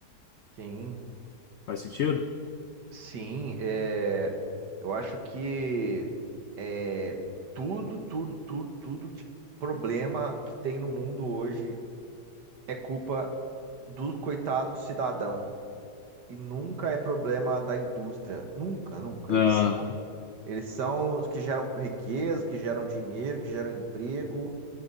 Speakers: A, on the right (about 80°); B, on the left (about 75°).
A: Sim,
B: Faz sentido?
A: sim, é, eu acho que é, tudo, tudo, tudo, tudo de problema que tem no mundo hoje é culpa do coitado do cidadão e nunca é problema da indústria, nunca, nunca.
B: É,
A: Eles são, eles são os que geram riqueza, que geram dinheiro, que geram emprego.